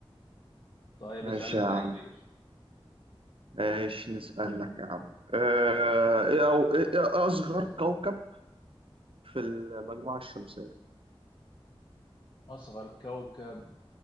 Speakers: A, on the left; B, on the right.
A: طيب
B: ماشي
A: اسأل انت
B: يا عم
A: يا كبير
B: ماشي نسألك يا عم آه ايه او ايه إيه اصغر كوكب في المجموعة الشمسية
A: اصغر كوكب